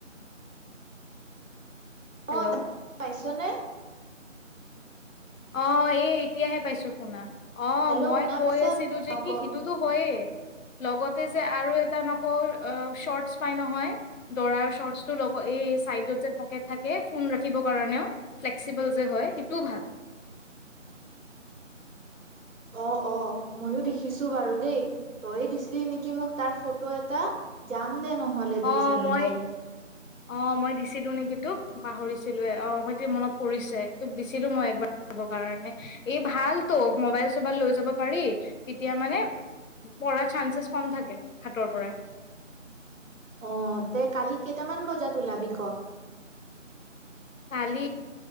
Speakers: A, on the left (about 80°); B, on the right (about 80°).
A: হেল্ল'
B: অ', তাক পাইছনে
A: অ', এই এতিয়াহে পাইছো শুনা। অ',
B: হেল্ল'
A: মই
B: শুনা
A: কৈ
B: পাইছা?
A: আছিলো যে
B: অ
A: কি
B: ক
A: সিটোতো হয়য়ে লগতে যে আৰু এটা নকওঁ শৰ্টচ পাই নহয় দ'ৰাৰ শৰ্টচটো লগ এই চাইডত যে পকেট থাকে ফোন ৰাখিবৰ কাৰণেও ফ্লেক্সিবল যে হয় সেইটোও ভাল।
B: অ', অ', ময়ো দেখিছো বাৰু দেই, তয়ে দিছিলি নেকি মোক তাৰ ফটো এটা যাম ম দে নহলে দুইজনী
A: অ মই
B: কালি
A: অ', মই দিছিলোঁ নেকি তোক পাহৰিছিলোৱে অ সট মনত পৰিছে। তোক দিছিলো মই একবাৰ চাব কাৰণে, এই ভালতো মোবাইল চবাইল লৈ যাব পাৰি তেতিয়া মানে পৰাৰ চানঞ্চেছ কম থাকে হাতৰ পৰাই।
B: অহ তে কালি কেইটামান বজাত ওলাবি ক
A: কালি